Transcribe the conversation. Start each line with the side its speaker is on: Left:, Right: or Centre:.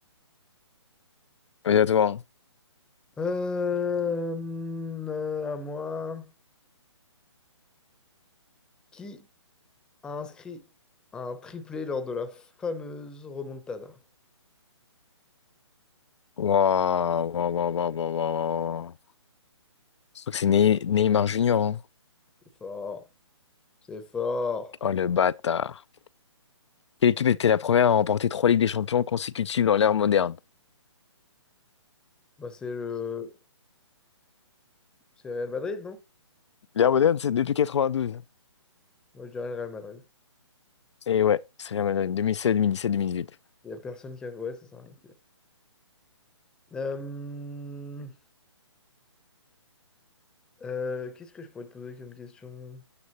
Left: Vas-y, à toi. hein.
Centre: Euh, hum, euh, à moi. Qui a inscrit un triplé lors de la fameuse remontada?
Left: Waouh, waouh, waouh, waouh, waouh, waouh. waouh. Je crois que c'est Ney- Neymar Junior. hein.
Centre: C'est fort. C'est fort.
Left: Oh le bâtard. Quelle équipe était la première à remporter trois Ligues des Champions consécutives dans l'ère moderne?
Centre: Bah, c'est le c'est Real Madrid, non?
Left: L'ère moderne, c'est depuis 92.
Centre: Moi, je dirais le Real Madrid.
Left: Et ouais, c'est la Madone, 2016, 2017, 2018.
Centre: Il y a personne qui a. Ouais, c'est ça. ok. Euh, hum, euh, qu'est-ce que je pourrais te poser comme question?